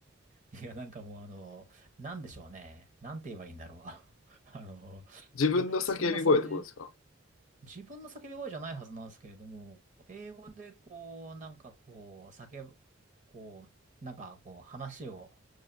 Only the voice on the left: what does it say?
自分の叫び声ってことですか